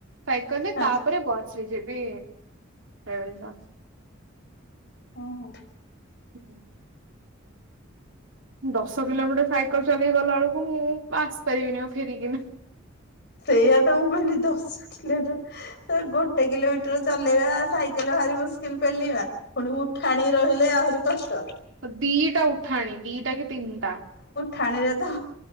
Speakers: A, on the right (about 70°); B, on the left (about 60°).
A: ସାଇକେଲରେ
B: ହଁ
A: ତାପରେ bus B J P Ravenshaw
B: ଓହୋ
A: ହୁଁ ଦଶ କିଲୋମିଟର ସାଇକଲ ଚଲେଇକି ଗଲା ବେଳକୁ ମୁଁ ଆସି ପାରିବିନି ଆଉ ଫେରିକିନା।
B: ସେଇଆ ତ ମୁଁ କହିଲି ଦଶ କିଲୋମିଟର ଗୋଟେ କିଲୋମିଟର ଚଲେଇବା ସାଇକେଲ ଭାରି ମୁସ୍କିଲ ପେଲିବା ପୁଣି ଉଠାଣି ରହିଲେ ଆହୁରି କଷ୍ଟ।
A: ଦିଟା ଉଠାଣି ଦିଟା କି ତିନିଟା।
B: ଖାଣିରେ ତ